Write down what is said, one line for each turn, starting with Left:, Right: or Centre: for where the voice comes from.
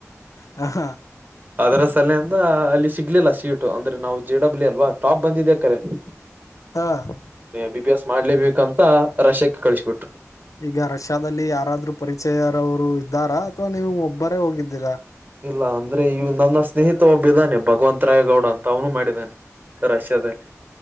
Left: ಹ ಹ <unintelligible>
Right: ಅದರ ಸಲೆಯಿಂದ ಅಲ್ಲಿ ಸಿಗಲಿಲ್ಲ ಸೀಟು ಅಂದ್ರೆ ನಾವು ಜೆ ಡಬ್ಲ್ಯೂ ಅಲ್ವಾ ಟಾಪ್ ಬಂದಿದೇ ಕರೆ. <unintelligible>
Left: ಹಾ <unintelligible>
Right: ಬಿ ಎಸ್ ಮಾಡಲೇ ಬೇಕಂತ ರಷ್ಯಾಕ್ಕ ಕಳಿಸಬಿಟ್ರು. <unintelligible>
Left: ಈಗ ರಷ್ಯಾದಲ್ಲಿ ಯಾರಾದರೂ ಪರಿಚಯರವರು ಇದ್ದಾರಾ ಅಥವಾ ನೀವು ಒಬ್ಬರೇ ಹೋಗಿದ್ದೀರಾ? <unintelligible>
Right: ಇಲ್ಲ ಅಂದ್ರೆ ಇವ ನನ್ನ ಸ್ನೇಹಿತ ಒಬ್ಬ ಇದ್ದಾನೆ ಭಗವಂತ ರಾಯಗೌಡ ಅಂತ ಅವನು ಮಾಡಿದಾನೆ. <unintelligible> ರಷ್ಯಾದಲ್ಲಿ. <inaudible>